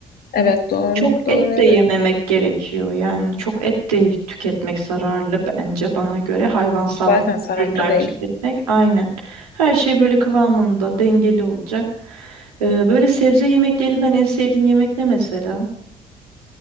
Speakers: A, on the left; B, on the right.
A: evet doğru.
B: Çok
A: Doğru
B: et
A: evet.
B: de yememek gerekiyor. Yani çok et de tüketmek zararlı bence bana göre. Hayvansal
A: Zaten salata
B: ürünler
A: değil.
B: tüketmek aynen. Her şey böyle kıvamında, dengeli olacak. Ee, böyle sebze yemeklerinden en sevdiğin yemek ne mesela?